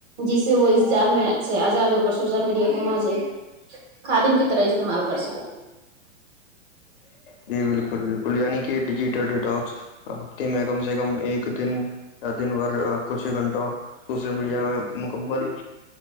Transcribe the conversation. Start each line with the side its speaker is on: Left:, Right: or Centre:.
Right: جس سے وہ اس جال میں سے آزاد ہو کر سوشل میڈیا کو مجے خادم کی طرح استعمال کر سکوں
Left: جی بالکل بالکل یعنی کہ ڈیجیٹل ڈیٹاکس ہفتے میں کم سے کم ایک دن یا دن بھر کچھ ہی گھنٹوں سوشل میڈیا میں مکمل